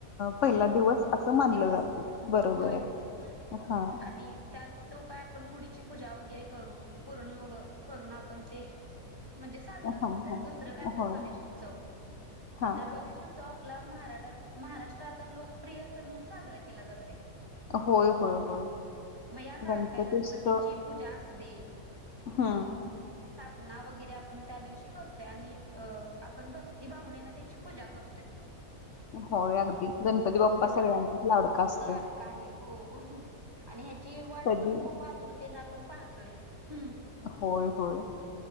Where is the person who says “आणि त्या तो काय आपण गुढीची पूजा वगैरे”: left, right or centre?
Right